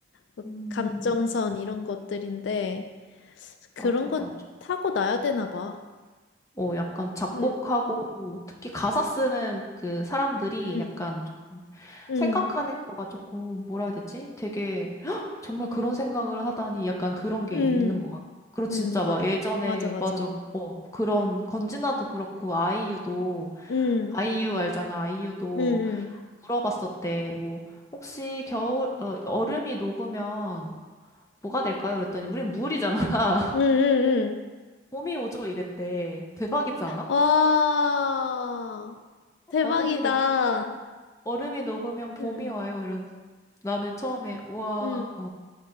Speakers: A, on the left (about 70°); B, on the left (about 15°).
A: 뭐
B: 음,
A: 감정선 이런 것들인데. 그런
B: 맞아,
A: 건
B: 맞아.
A: 타고나야 되나 봐.
B: 어, 약간 작곡하고
A: 응
B: 특히 가사 쓰는 그 사람들이
A: 응,
B: 약간
A: 응,
B: 생각하는 거가 조금 뭐라 해야 되지? 되게 <gasps> "헉! 정말 그런 생각을 하다니 약간 그런 게
A: 응,
B: 있는 것 같아. 그리고 진짜
A: 응, 마,
B: 막 예전에
A: 맞아, 맞아.
B: 맞아. 어 그런 건진아도 그렇고 아이유도
A: 응,
B: 아이유 알잖아. 아이유도
A: 응, 응,
B: 물어봤었대. 뭐 혹시 겨울 어, 얼음이 녹으면 뭐가 될까요? 그랬더니 우린 물이잖아. <laughs>
A: 응, 응,
B: 봄이 오죠 이랬대. 대박이지 않아?
A: 응. 와, 대박이다.
B: 얼음이 녹 얼음이 녹으면 봄이
A: 응,
B: 와요. 이런 나는 처음에 와
A: 응.